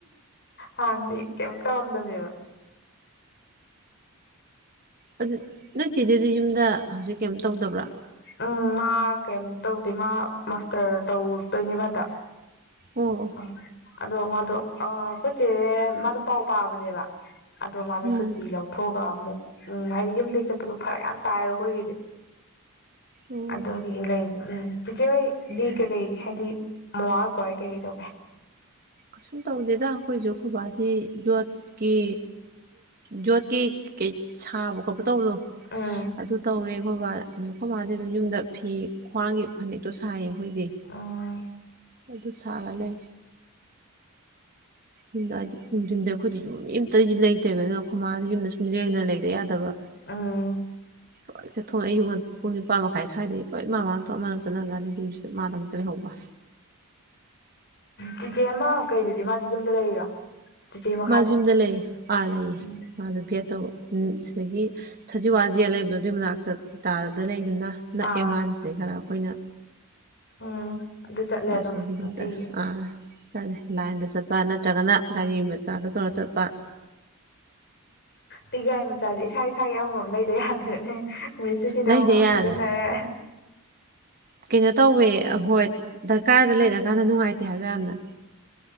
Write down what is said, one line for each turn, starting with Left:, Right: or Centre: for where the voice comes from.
Left: ꯍꯥꯟꯗꯤ ꯀꯩꯝ ꯇꯧꯔꯝꯗꯕꯅꯦꯕ꯫
Right: ꯑꯗꯨ ꯅꯣꯏ ꯆꯦꯗꯨꯗꯤ ꯌꯨꯝꯗ ꯍꯧꯖꯤꯛ ꯀꯩꯝ ꯇꯧꯗꯕ꯭ꯔꯥ꯫
Left: ꯎꯝ ꯃꯥ ꯀꯩꯝ ꯇꯧꯗꯦ ꯃꯥ ꯃꯥꯁꯇꯔ ꯇꯧꯗꯣꯏꯅꯦꯕ ꯍꯟꯗꯛ꯫
Right: ꯑꯣ ꯑꯣ
Left: ꯑꯪ ꯑꯗꯣ ꯃꯥꯗꯣ ꯑ ꯑꯩꯈꯣꯏ ꯆꯦ ꯃꯥꯗꯣ ꯄꯥꯎ ꯄꯥꯕꯅꯦꯕ ꯑꯗꯣ ꯃꯥꯗꯣ
Right: ꯎꯝ
Left: ꯁꯨꯇꯤ ꯂꯧꯊꯣꯛ ꯑꯃꯨꯛ ꯎꯝ ꯍꯥꯏꯗꯤ ꯌꯨꯝꯗꯒꯤ ꯆꯠꯄꯗꯣ ꯐꯔꯛ ꯌꯥꯝ ꯇꯥꯏꯕ ꯑꯩꯈꯣꯏꯒꯤꯗꯤ
Right: ꯎꯝ
Left: ꯑꯗꯨꯒꯤ ꯂꯩ ꯍꯣꯔꯦꯟ ꯆꯤꯆꯦꯗꯤ
Right: ꯎꯝ
Left: ꯀꯩꯀꯩ ꯍꯥꯏꯗꯤ ꯃꯋꯥ ꯄꯔꯥꯀꯩꯗꯣ
Right: ꯀꯩꯁꯨꯝ ꯇꯧꯗꯦꯗ ꯑꯩꯈꯣꯏꯁꯨ ꯈꯨꯕꯥꯗꯤ ꯌꯣꯠꯀꯤ ꯌꯣꯠꯀꯤ ꯀꯩ ꯁꯥꯕ ꯈꯣꯠꯄ ꯇꯧꯕꯗꯣ
Left: ꯎꯝ
Right: ꯑꯗꯨ ꯇꯧꯔꯦꯈꯣꯕ ꯑꯗꯣ ꯑꯩꯈꯣꯏ ꯃꯥꯗꯤ ꯑꯗꯨꯝ ꯌꯨꯝꯗ ꯐꯤ ꯈ꯭ꯋꯥꯡꯒꯤ ꯐꯅꯦꯛꯇꯣ ꯁꯥꯏꯌꯦ ꯑꯩꯈꯣꯏꯗꯤ
Left: ꯎꯝ
Right: ꯑꯗꯨ ꯁꯥꯔꯂꯩ <unintelligible> ꯅꯨꯡꯊꯤꯟꯗ ꯑꯩꯈꯣꯏꯗꯤ ꯌꯨꯝ ꯑꯝꯇꯗꯤ ꯂꯩꯇꯕꯅꯤꯅ ꯑꯩꯈꯣꯏ ꯃꯥꯗ ꯌꯨꯝꯗ ꯁꯨꯝ ꯂꯦꯡꯗꯅ ꯂꯩꯗ ꯌꯥꯗꯕ
Left: ꯑꯥ
Right: ꯂꯣꯏ ꯆꯠꯊꯣꯛꯑꯦ ꯑꯌꯨꯛ ꯄꯨꯡ ꯅꯤꯄꯥꯟ ꯃꯈꯥꯏ ꯁ꯭ꯋꯥꯏꯗꯒꯤ ꯂꯣꯏ ꯃꯃꯥꯟ ꯊꯣꯛ ꯃ ꯆꯠꯅꯈ꯭ꯔꯅꯤ ꯌꯨꯝꯁꯤꯗ ꯃꯥꯂꯪꯇ ꯂꯩꯍꯧꯕ
Left: ꯆꯤꯆꯦ ꯑꯃ ꯀꯩꯗꯨꯗꯤ ꯃꯥꯁꯦ ꯌꯨꯝꯗ ꯂꯩꯔꯤꯔꯣ ꯆꯤꯆꯦ ꯃꯈꯥꯗꯣ
Right: ꯃꯥꯁꯨ ꯌꯨꯝꯗ ꯂꯩꯌꯦ ꯑꯥ ꯂꯩꯌꯦ
Left: ꯎꯝ
Right: ꯃꯥꯗꯣ ꯚꯦꯠ ꯇꯧꯕ ꯎ ꯁꯤꯗꯒꯤ ꯁꯖꯤꯋꯥꯖꯦꯜ ꯂꯩꯕꯗꯣ ꯑꯗꯨꯏ ꯃꯅꯥꯛꯇ ꯇꯥꯔꯗꯅ ꯂꯩ ꯑꯗꯨꯅ ꯅꯛꯑꯦ
Left: ꯑꯥ
Right: ꯃꯥꯥꯟ ꯁꯤꯗꯩ ꯈꯔ ꯑꯩꯈꯣꯏꯅ
Left: ꯎꯝ ꯑꯗꯨ ꯆꯠꯂꯦ
Right: ꯃꯁꯤꯗꯒꯤ ꯑꯗꯨꯝ
Left: ꯅꯨꯡꯇꯤꯒꯤ
Right: ꯆꯠ ꯑꯥ ꯆꯠꯂꯦ ꯂꯥꯏꯟꯗ ꯆꯠꯄ ꯅꯠꯇ꯭ꯔꯒꯅ ꯒꯥꯔꯤ ꯃꯆꯥꯗ ꯇꯧꯔ ꯆꯠꯄ
Left: ꯇꯤꯒꯥꯏ ꯃꯆꯥꯁꯦ ꯏꯁꯥ ꯏꯁꯥꯒꯤ ꯑꯃꯃꯝ ꯂꯩꯗ ꯌꯥꯗ꯭ꯔꯦꯅꯦ ꯃꯤꯁꯨꯁꯤꯗ
Right: ꯂꯩꯗ ꯌꯥꯗ꯭ꯔꯦ
Left: ꯁꯤꯗꯟꯅꯔꯦ
Right: ꯀꯩꯅꯣ ꯇꯧꯋꯦ ꯍꯣꯏ ꯗꯔꯀꯥꯔꯗ ꯂꯩꯔꯛꯑꯀꯥꯟꯗ ꯅꯨꯡꯉꯥꯏꯇꯦ ꯍꯥꯏꯕ ꯌꯥꯝꯅ